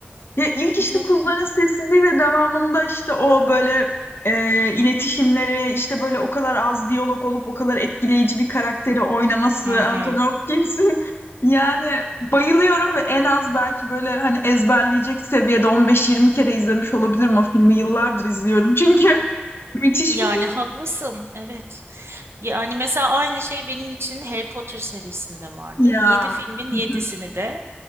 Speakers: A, on the left; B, on the right.
A: Ya ilk
B: Hı
A: işte
B: hı.
A: kuzuların sessizliği ve devamında işte o böyle e, iletişimleri işte böyle o kadar az diyalog olup o kadar etkileyici bir karakteri oynaması
B: Hı
A: Anthony
B: hı.
A: Hopkins'in <laughs> yani bayılıyorum ve en az belki böyle hani ezberleyecek seviyede 15-20 kere izlemiş olabilirim o filmi yıllardır izliyorum çünkü <laughs> müthiş
B: Yani
A: bir film
B: haklısın. Evet. Yani mesela aynı şey benim için Harry Potter serisinde vardır.
A: <laughs> ya
B: Yedi filmin
A: <laughs>
B: yedisini de